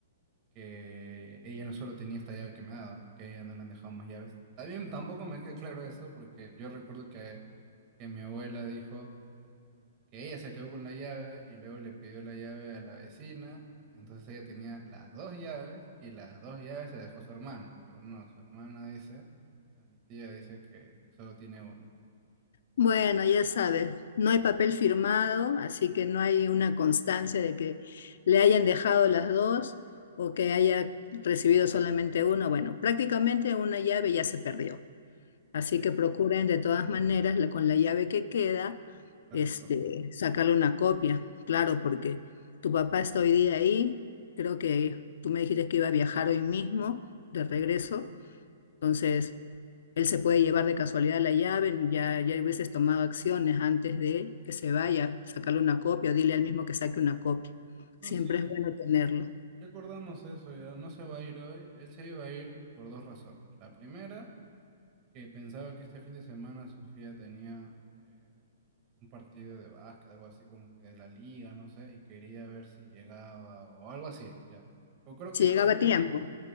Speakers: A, on the right; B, on the left.
A: que ella no solo tenía esta llave que me ha dado, ¿no? Que a ella no le han dejado más llaves. También tampoco me queda claro eso porque yo recuerdo que, que mi abuela dijo... que ella se quedó con la llave y luego le pidió la llave a la vecina. Entonces ella tenía las dos llaves y las dos llaves se dejó su hermana, pero no, su hermana dice, o sea, mi tía dice que, que solo tiene una.
B: Bueno, ya sabes, no hay papel firmado, así que no hay una constancia de que le hayan dejado las dos o que haya recibido solamente uno. Bueno, prácticamente una llave ya se perdió, así
A: Sí,
B: que procuren de todas maneras la- con la llave que queda,
A: sacarle
B: este,
A: copia.
B: sacarle una copia, claro, porque tu papá está hoy día ahí, creo que tú me dijiste que iba a viajar hoy mismo de regreso. Entonces, él se puede llevar de casualidad la llave, ya, ya hubieses tomado acciones antes de que se vaya, sacarle una copia o dile al mismo que saque una copia.
A: No,
B: Siempre
A: sí,
B: es bueno tenerlo.
A: ya acordamos eso, ya no se va a ir hoy. Él se iba a ir por dos razones. La primera que pensaba que este fin de semana Sofía tenía eh, un partido de básquet, algo así como que de la liga, no sé, y quería ver si llegaba o algo así, ya. Co- Creo que
B: Si llegaba
A: todo, el fin-
B: a tiempo.
A: ah,